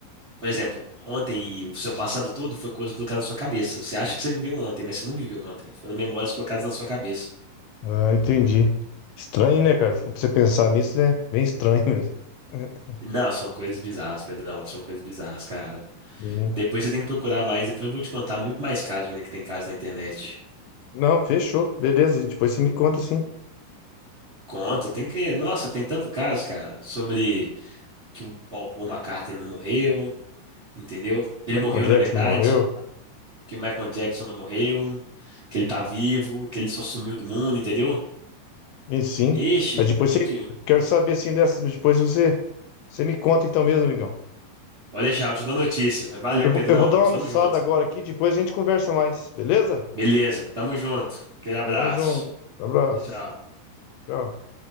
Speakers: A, on the right; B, on the left.
A: Por exemplo, ontem e o seu passado todo foi coisa colocada na sua cabeça. Você acha que você viveu ontem, mas você não viveu ontem. Foram memórias colocadas na sua cabeça.
B: Ah, entendi. Estranho, né, cara? Se for pra você pensar nisso, né? Bem estranho mesmo. <laughs>
A: Não, são coisas bizarras, Pedrão. São coisas bizarras, cara.
B: É.
A: Depois você tem que procurar mais. Depois eu vou te contar muito mais casos ainda que tem casos na internet.
B: Não, fechou. Beleza, depois você me conta, sim.
A: Conta, tem que. Nossa, tem tanto caso, cara, sobre que o Paul Paul McCartney não morreu, entendeu? Ele
B: Michael
A: morreu,
B: Jackson
A: na verdade,
B: não morreu?
A: que o Michael Jackson não morreu, que ele tá vivo, que ele só sumiu do mundo, entendeu?
B: E sim.
A: Ixi,
B: Mas depois você...
A: que
B: Quero saber, assim, dessas, mas depois você... Você me conta então mesmo, amigão.
A: Pode deixar, eu te dou notícia. Valeu,
B: Eu vou,
A: Pedrão.
B: eu vou dar
A: Nós
B: uma almoçada
A: estamos juntos.
B: agora aqui, depois a gente conversa mais, beleza?
A: Beleza, tamo junto. Aquele abraço.
B: Tamo junto. Abraço.
A: Tchau, tchau.
B: Tchau.